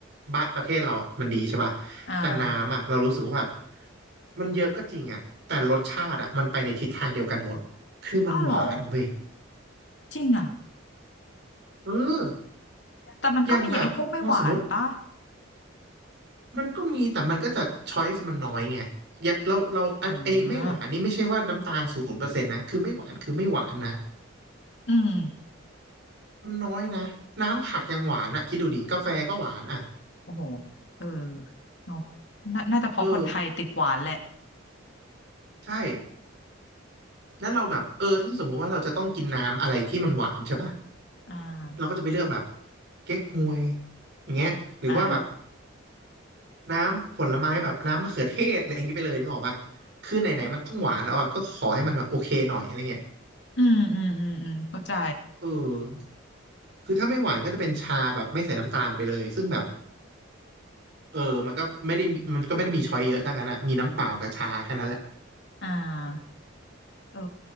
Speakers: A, on the right; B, on the left.
A: บ้านประเทศเราอ่ะมันดีใช่ป่ะแต่น้ำอ่ะเรารู้สึกว่าแบบ
B: อ่า
A: มันเยอะก็จริงอ่ะแต่รสชาติอ่ะมันไปในทิศทางเดียวกันหมดคือมันหวานเว้ย
B: อ้าวเหรอจริงอ่ะ
A: เออ
B: แต่มันก็มีไอ้พวกไม่หวานป่ะ
A: อย่างแบบเราสมมติมันก็มีแต่มันก็จะช้อยส์มันน้อยไงอย่าเราเราไอไอ้ไม่หวานนี่ไม่ใช่ว่าน้ำตาลศูนย์เปอร์เซ็นต์นะคือไม่หวานคือไม่หวานนะ
B: อ่าอืม
A: มันน้อยนะน้ำผักยังหวานอ่ะคิดดูดิกาแฟก็หวานอ่ะ
B: โอ้โหเออเนอะน่าน่าจะเพอคนไทยติดหวานแหละ
A: เออ ใช่แล้วเราแบบเออถ้าสมมุติว่าเราจะต้องกินน้ำอะไรที่มันหวานใช่ปะ
B: อ่า
A: เราก็จะไปเลือกแบบเก๊กฮวยอย่างเงี้ยหรือว่าแบบ
B: อ่า
A: น้ำผลไม้แบบน้ำมะเขือเทศอะไรอย่างงี้ไปเลยนึกออกปะคือไหนๆมันต้องหวานแล้วอ่ะก็ขอให้มันแบบโอเคหน่อยอะไรเงี้ย
B: อืมอืมอืม อืมเข้าใจ
A: เออคือถ้าไม่หวานก็จะเป็นชาแบบไม่ใส่น้ำตาลไปเลยซึ่งแบบเออมันก็ไม่ได้มันก็ไม่ได้มีช้อยเยอะทั้งนั้นอะมีน้ำเปล่ากับชาแค่นั้นแหละ
B: อ่าเออ